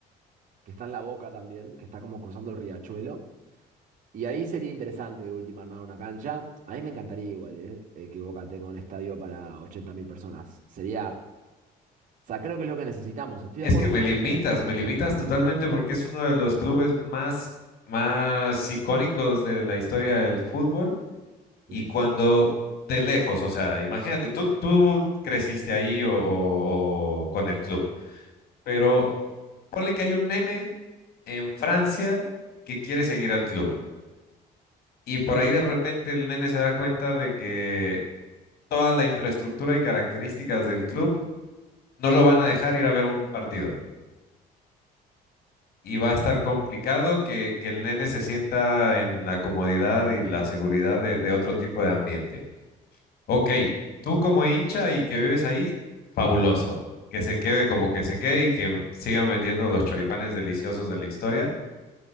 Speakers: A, on the right (about 50°); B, on the left (about 65°).
A: que está en La Boca también, que está como cruzando el riachuelo. Y ahí sería interesante de última armar una cancha. A mí me encantaría igual, ¿eh? Eh, que Boca tenga un estadio para 80.000 personas. Sería, o sea, creo que es lo que necesitamos. Estoy
B: Es
A: de acuerdo
B: que
A: con
B: me limitas,
A: vos, ¿eh?
B: me limitas totalmente porque es uno de los clubes más, más icónicos de la historia del fútbol. Y
A: Sí,
B: cuando
A: sí.
B: de lejos, o sea, imagínate, tú, tú creciste ahí o, o- o con el club, pero ponle que hay un nene en Francia que quiere seguir al club. Y por ahí de repente el nene se da cuenta de que toda la infraestructura y características del club no lo van a dejar ir a ver un partido. y va a estar complicado que, que el nene se sienta en la comodidad y la seguridad de, de otro tipo de ambiente. Ok, tú como hincha y que vives ahí, fabuloso. Que se quede como que se quede y que sigan vendiendo los choripanes deliciosos de la historia.